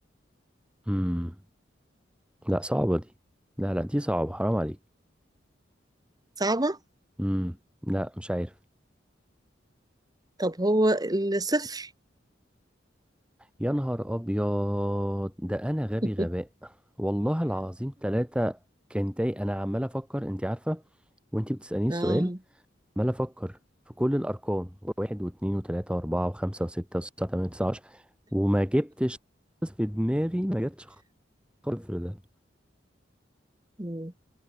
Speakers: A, in the centre; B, on the right (about 20°).
A: امم لا صعبة دي لا لا دي صعبة حرام عليك
B: صعبة
A: امم لا مش عارف
B: طب هو الصفر
A: يا نهار ابيض ده انا غبي
B: <laughs>
A: غباء والله العظيم ثلاثة كان تاي انا عمال افكر انت عارفة وانت بتسأليني السؤال
B: اه
A: عمال افكر في كل الارقام واحد واثنين وثلاثة واربعة وخمسة وستة وسبعة وثمانية وتسعة وعشرة وما جبتش خالص في دماغي ما جاتش صفر ده
B: مم.